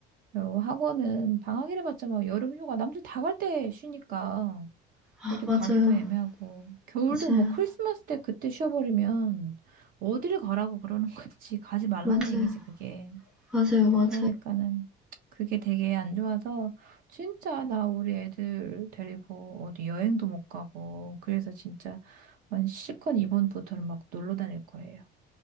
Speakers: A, on the right; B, in the centre.
A: 요 학원은 방학이라 봤자 막 여름휴가 남들 다 갈 때 쉬니까
B: 아,
A: 어디
B: 맞아요.
A: 가기도 애매하고 겨울도
B: 맞아요.
A: 뭐 크리스마스 때 그때 쉬어버리면 어딜 가라고 그러는 건지 가지 말란
B: 맞아요.
A: 얘기지 그게
B: 맞아요. 맞아요.
A: 그러니까는 그게 되게 안 좋아서 진짜 나 우리 애들 데리고 어디 여행도 못 가고 그래서 진짜 완 실컷 이번부터는 막 놀러 다닐 거예요.